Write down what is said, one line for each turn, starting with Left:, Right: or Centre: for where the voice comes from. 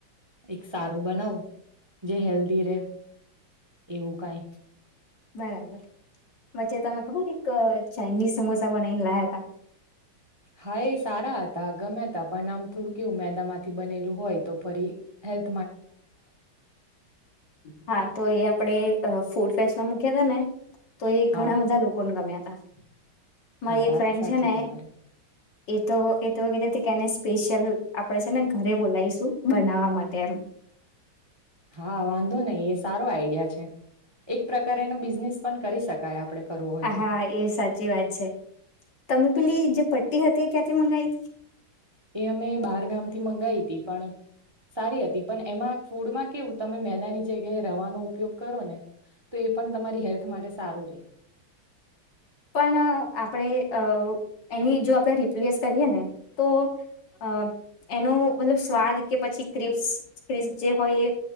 Right: એક સારું બનાવું. જે હેલ્ધી રે. એવું કાંઈ.
Left: બરાબર. વચ્ચે તમે ખબર એક ચાઇનીઝ સમોસા બનાઈને લાયા હતા.
Right: હા એ સારા હતા ગમે તા પણ આમ થોડું કેવું મેદામાંથી બનેલું હોય તો ફરી હેલ
Left: હા તો એ આપડે અ ફૂ ફેસમાં મૂક્યા તા ને. તો એ
Right: હા
Left: ઘણા બધા લોકોને ગમ્યા હતા. મારી
Right: હા
Left: એક
Right: વાત
Left: ફ્રેન્ડ
Right: સાચી
Left: છે ને.
Right: તમારી
Left: એ તો એ તો કેતી કે એને સ્પેશિયલ આપડે છે ને ઘરે બોલાવીશું બનાવવા માટે એમ.
Right: હા વાંધો નહી એ સારો આઈડિયા છે. એક પ્રકાર એનો બિઝનેસ પણ કરી શકાય આપડે. કરવો હોય તો
Left: હા એ સાચી વાત છે તમે પેલી જે પટ્ટી હતી કે થી મંગાઈ?
Right: એ અમે બાર ગામથી મંગાઈ તી પણ સારી હતી પણ એમાં ફૂડમાં કેવું તમે મેદાની જગ્યાએ રવાનો ઉપયોગ કરો ને તો એ પણ તમારી હેલ્થ માટે સારું રે.
Left: પણ આપડે અ એની જો આપડે રિપ્લેસ કરીએ ને તો અ એનો મતલબ સ્વાદ કે પછી ક્રિપસ ક્રિસ્ જે હોય એ